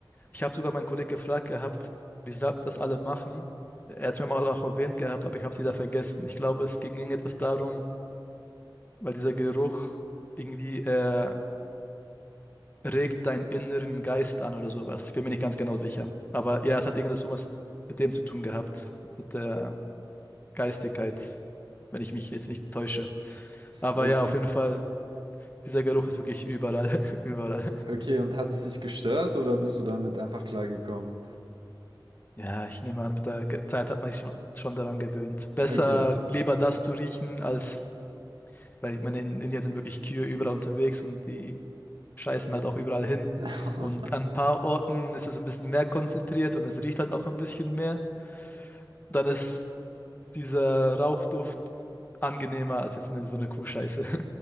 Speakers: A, on the left (about 25°); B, on the right (about 80°).
A: ich habe sogar meinen Kollegen gefragt gehabt, wieso das alle machen. Er hat es mir mal auch erwähnt gehabt, aber ich habe es wieder vergessen. Ich glaube, es ging irgendetwas darum, weil dieser Geruch irgendwie äh, regt deinen inneren Geist an oder sowas. Ich bin mir nicht ganz genau sicher. Aber ja, es hat irgendetwas sowas mit dem zu tun gehabt, mit der Geistigkeit, wenn ich mich jetzt nicht täusche. Aber
B: Ö
A: ja, auf jeden Fall, dieser Geruch ist wirklich überall, <laughs> überall.
B: okay, und hat es dich gestört oder bist du damit einfach klargekommen?
A: Ja, ich nehme an, mit der Ge- Zeit hat man sich schon, schon daran gewöhnt. Besser
B: Okay.
A: lieber das zu riechen, als, weil ich meine, in Indien sind wirklich Kühe überall unterwegs und die scheißen halt auch überall hin.
B: <laughs>
A: Und an ein paar Orten ist es ein bisschen mehr konzentriert und es riecht halt auch ein bisschen mehr. Dann ist dieser Rauchduft angenehmer als jetzt eine, so eine Kuhscheiße.